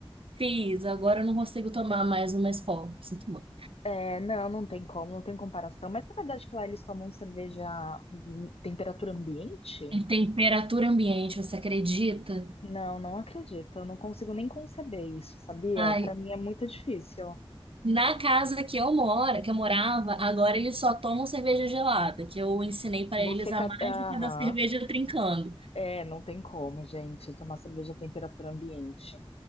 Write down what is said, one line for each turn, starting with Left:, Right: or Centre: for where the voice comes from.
Right: Fiz, agora eu não consigo tomar mais uma escola. Sinto muito.
Left: É, não, não tem como, não tem comparação. Mas é verdade que lá eles tomam cerveja em temperatura ambiente?
Right: É Temperatura ambiente, você acredita?
Left: Não, não acredito. Eu não consigo nem conceber isso, sabia?
Right: Ai,
Left: Para mim é muito difícil.
Right: na casa que eu moro, que eu morava, agora eles só tomam cerveja gelada, que eu ensinei para
Left: Você.
Right: eles a
Left: ca-
Right: mágica
Left: Aham.
Right: da cerveja trincando.
Left: É, não tem como, gente, tomar cerveja à temperatura ambiente.